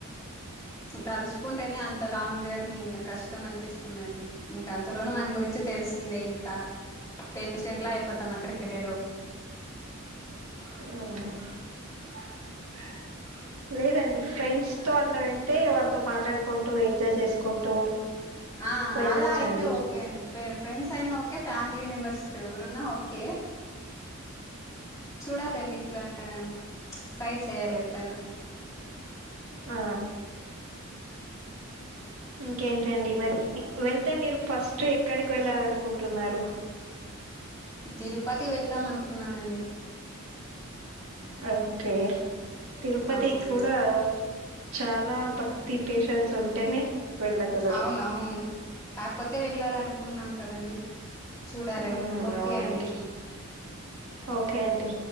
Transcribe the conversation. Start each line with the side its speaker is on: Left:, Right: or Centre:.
Left: తల్చుకుంటేనే అంత లాంగ్ జర్నీ ఇంగ కష్టం అనిపిస్తుందండి ఇంకా అంతలోనూ మన గురించి తెలిసిందే ఇంకా పేషెంట్లా అయిపోతాం అక్కడికి వెళ్ళేలోపు
Right: ఊ లేదండి ఫ్రెండ్స్తో అట్లా వెళ్తే వాళ్ళతో మాట్లాడుకుంటూ ఎంజాయ్ చేసుకుంటూ
Left: ఆ
Right: వెళ్ళొచ్చండి
Left: అలా అయితే ఓకే అండి ఫేర్ ఫ్రెండ్స్ అయినా ఓకే ఫ్యామిలీ మెంబర్స్ ఎవరున్నా ఓకే చూడాలండి ఇట్లంటే ట్రై చేయాలి ఎప్పుడైనా
Right: ఆ ఇంకేంటండి మరి వెళ్తే మీరు ఫస్టు ఎక్కడికి వెళ్ళాలనుకుంటున్నారు
Left: తిరుపతి వెళ్దాం అనుకున్నానండి
Right: ఓకే తిరుపతికూడా
Left: అవునండి
Right: చాలా భక్తి పేషన్స్ ఉంటేనే వెళ్ళగలరు
Left: అవునవును కాకపోతే వెళ్ళాలనుకున్నాం కదండి చూడాలండి
Right: మ్
Left: ఓకే
Right: అవునండి
Left: అండి
Right: ఓకే అండి